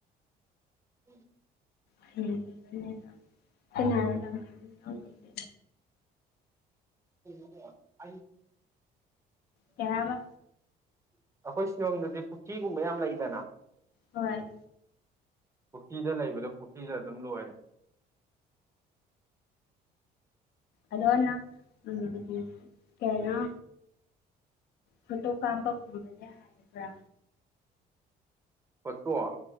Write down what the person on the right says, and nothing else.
<unintelligible>
<inaudible> <inaudible>
ꯑꯩꯈꯣꯏ ꯁꯤꯂꯣꯡꯗꯗꯤ ꯄꯨꯈ꯭ꯔꯤꯒꯨꯝꯕ ꯌꯥꯝ ꯂꯩꯗꯅ
ꯄꯨꯈ꯭ꯔꯤꯗ ꯂꯩꯕꯗꯣ ꯄꯨꯈ꯭ꯔꯤꯗ ꯑꯗꯨꯝ ꯂꯣꯏꯔꯦ
ꯐꯣꯠꯇꯣ